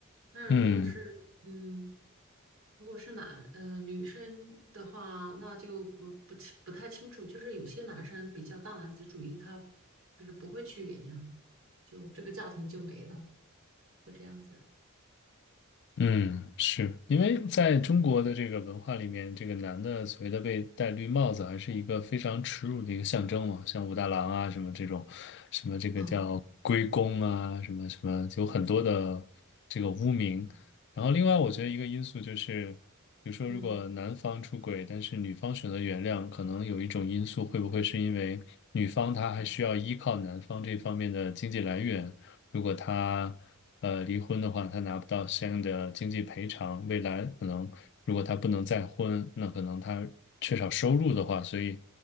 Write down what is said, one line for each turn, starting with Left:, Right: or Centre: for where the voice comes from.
Right: 但是如果是嗯，
Left: 嗯。
Right: 如果是男呃女生的话，那就不不清不太清楚。就是有些男生比较大男子主义，他就是不会去原谅的，就这个家庭就没了，会这样子。
Left: 嗯，是因为在中国的这个文化里面，这个男的所谓的被戴绿帽子，还是一个非常耻辱的一个象征嘛，像武大郎啊什么这种，什么这个叫龟公啊，
Right: 哦，
Left: 什么什么，有很多的这个污名。
Right: 嗯
Left: 然后另外，我觉得一个因素就是，比如说如果男方出轨，
Right: 嗯，
Left: 但是女方选择原谅，可能有一种因素会不会是因为女方她还需要依靠男方这方面的经济来源，
Right: 啊
Left: 如果他呃离婚的话，他拿不到相应的经济赔偿，未来可能如果他不能再婚，那可能他缺少收入的话，所以